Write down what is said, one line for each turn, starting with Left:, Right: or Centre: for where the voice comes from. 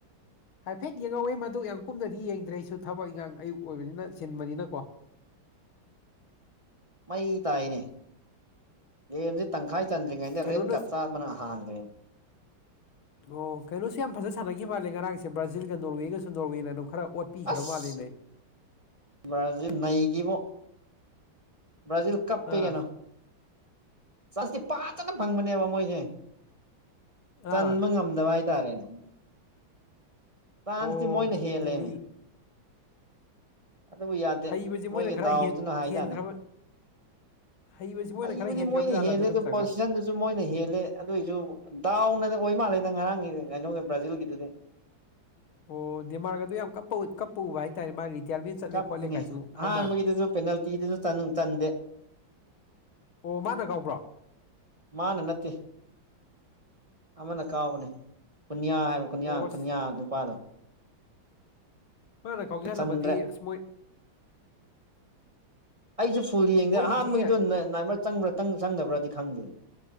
Left: ꯍꯥꯏꯐꯦꯠ ꯌꯦꯡꯉꯧꯋꯤ ꯃꯗꯨ ꯌꯥꯝ ꯀꯨꯝꯅꯗꯤ ꯌꯦꯡꯗ꯭ꯔꯦ ꯑꯩꯁꯨ ꯊꯕꯛ ꯏꯪꯈꯥꯡ ꯑꯌꯨꯛ ꯑꯣꯏꯕꯅꯤꯅ ꯆꯤꯟꯕꯅꯤꯅꯀꯣ
Right: ꯃꯩ ꯇꯥꯏꯅꯦ ꯒꯦꯝꯁꯦ ꯇꯪꯈꯥꯏ ꯆꯟꯗ꯭ꯔꯤꯉꯩꯗ
Left: ꯀꯩꯅꯣꯅ
Right: ꯔꯦꯠ ꯀꯥꯔꯠ ꯆꯥꯕꯅ ꯍꯥꯟꯒ꯭ꯔꯦ
Left: <inaudible> ꯑꯣ ꯀꯩꯅꯣꯁꯨ ꯌꯥꯝ ꯐꯖꯅ ꯁꯥꯟꯅꯒꯤ ꯃꯥꯜꯂꯦ ꯉꯔꯥꯡꯁꯦ ꯕ꯭ꯔꯥꯖꯤꯜꯒ ꯅꯣꯔꯋꯦꯒꯁꯨ ꯅꯣꯔꯋꯦꯅ ꯑꯗꯨꯝ ꯈꯔ ꯑꯣꯠ ꯄꯤꯈ꯭ꯔ
Right: ꯑꯁ
Left: ꯃꯥꯜꯂꯦꯅꯦ
Right: ꯕ꯭ꯔꯥꯖꯤꯜ ꯅꯩꯒꯤꯕꯣ ꯕ꯭ꯔꯥꯖꯤꯜ ꯀꯞꯄꯦ
Left: ꯑꯥ
Right: ꯀꯩꯅꯣ ꯆꯟꯁꯇꯤ ꯐꯖꯅ ꯐꯪꯕꯅꯦꯕ ꯃꯣꯏꯁꯦ ꯆꯟꯕ
Left: ꯑꯥ
Right: ꯉꯝ ꯉꯝꯗꯕ ꯍꯥꯏꯇꯥꯔꯦꯅꯦ ꯆꯥꯟꯁꯇꯤ
Left: ꯑꯣ
Right: ꯃꯣꯏꯅ ꯍꯦꯜꯂꯦꯃꯤ
Left: ꯑꯗꯨꯗꯤ
Right: ꯑꯗꯨꯕꯨ ꯌꯥꯗꯦ
Left: ꯍꯩꯕꯁꯦ
Right: ꯃꯣꯏꯒꯤ
Left: ꯃꯣꯏꯅ ꯈꯔ
Right: ꯗꯥꯎꯗꯨꯅ
Left: ꯍ‌ꯦꯟ
Right: ꯍꯥꯏꯇꯥꯔꯦ
Left: ꯍꯦꯟꯈ꯭ꯔꯕ ꯍꯩꯕꯁꯤ ꯃꯣꯏꯅ
Right: ꯍꯩꯕꯗꯤ
Left: ꯈꯔ ꯍꯦꯟꯈ꯭ꯔꯕ
Right: ꯃꯣꯏꯅ
Left: ꯖꯥꯠꯂꯥ
Right: ꯍꯦꯜꯂꯦꯗ
Left: ꯑꯗꯨ ꯅꯠꯇ꯭ꯔꯒ
Right: ꯄꯣꯁꯤꯁꯟ ꯃꯣꯏꯅ ꯍꯦꯜꯂꯦ ꯑꯗ‌ꯣꯏꯁꯨ ꯗꯥꯎꯅꯗꯤ ꯑꯣꯏ ꯃꯥꯜꯂꯦꯗ ꯉꯔꯥꯡꯒꯤ ꯀꯩꯅꯣꯒꯤ ꯕ꯭ꯔꯥꯖꯤꯜꯒꯤꯗꯨꯗꯤ
Left: ꯑꯣ ꯗꯦꯃꯥꯔꯒꯗꯨ ꯌꯥꯝ ꯀꯞꯄ ꯎꯏ ꯀꯞ ꯎꯕ ꯍꯥꯏꯇꯥꯔꯦ ꯃꯥ ꯔꯤꯇꯌꯔꯃꯦꯟ ꯆꯠꯂꯦ
Right: ꯀꯞꯄꯅꯤ
Left: ꯈꯣꯠꯂꯦ ꯀꯥꯏꯁꯨ ꯍꯥꯏ
Right: ꯑꯍꯥꯟꯕꯒꯤꯗꯨꯁꯨ
Left: ꯃꯥꯜꯂꯦ
Right: ꯄꯦꯅꯥꯜꯇꯤꯗꯨꯁꯨ ꯆꯟꯗꯦ
Left: ꯑꯣ ꯃꯥꯅ ꯀꯥꯎꯕ꯭ꯔꯣ
Right: ꯃꯥꯅ ꯅꯠꯇꯦ ꯑꯃꯅ ꯀꯥꯎꯕꯅꯦ ꯄꯨꯟꯌꯥ ꯍꯥꯏꯕ ꯀꯨꯟꯌꯥ
Left: ꯑꯣ ꯑꯁ
Right: ꯀꯨꯟꯌꯥ ꯅꯨꯄꯥꯗꯣ
Left: ꯃꯥꯅ ꯀꯥꯎꯖꯍꯜꯂꯝꯃꯗꯤ
Right: ꯆꯟꯗ꯭ꯔꯦ
Left: ꯑꯁ ꯃꯣꯏ
Right: ꯑꯩꯁꯨ ꯐꯨꯜ ꯌꯦꯡꯗꯦ
Left: ꯃꯣꯏꯒꯤꯗꯤ
Right: ꯑꯍꯥꯟꯕꯒꯤꯗꯣ ꯅꯥꯏꯃꯦꯔ ꯆꯪꯕ꯭ꯔꯥ ꯆꯪꯗꯕ꯭ꯔꯗꯤ ꯈꯪꯗꯦ